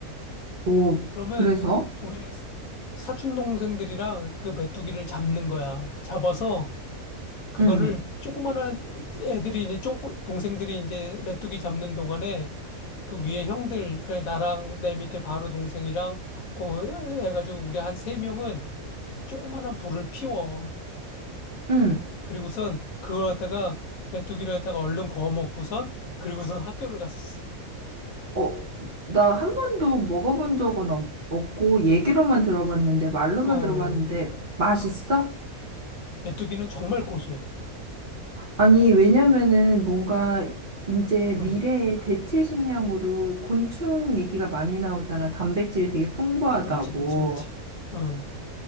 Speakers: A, on the right; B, on the left.
A: 오,
B: 그러면
A: 그래서?
B: 우리 사촌 동생들이랑 그 메뚜기를 잡는 거야. 잡아서 그거를
A: 응응
B: 조그만한 애들이 이제 쪼 동생들이 이제 메뚜기 잡는 동안에 그 위에 형들 그래 나랑 내 밑에 바로 동생이랑 그 해가지고 우리 한 세 명은 조그만한 불을 피워.
A: 응
B: 그리고선 그걸 갖다가 메뚜기를 갖다가 얼른 구워 먹고선 그리고선 학교를 갔었어.
A: 어, 나 한 번도 먹어본 적은 없, 없고 얘기로만 들어봤는데 말로만
B: 어,
A: 들어봤는데 맛있어?
B: 메뚜기는 정말 고소해.
A: 아니, 왜냐면은 뭔가 이제 미래의
B: 어,
A: 대체 식량으로 곤충 얘기가 많이 나오잖아. 단백질이 되게 풍부하다고.
B: 그렇지, 그렇지, 그렇지. 어,